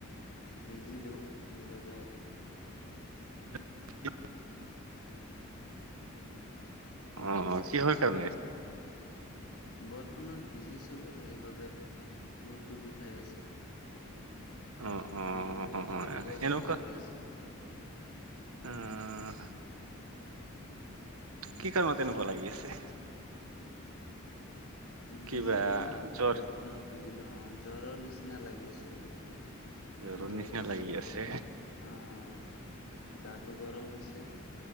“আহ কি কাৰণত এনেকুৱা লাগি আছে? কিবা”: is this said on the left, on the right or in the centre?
Right